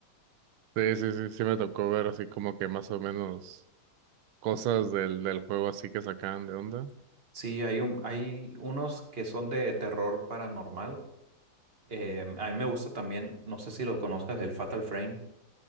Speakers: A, on the right (about 85°); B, on the right (about 30°).
A: Sí, sí, sí, sí me tocó ver así como que más o menos cosas del, del juego así que sacaban de onda.
B: Sí, hay un, hay unos que son de terror paranormal. Eh, a mí me gusta también, no sé si lo conozcas, el Fatal Frame.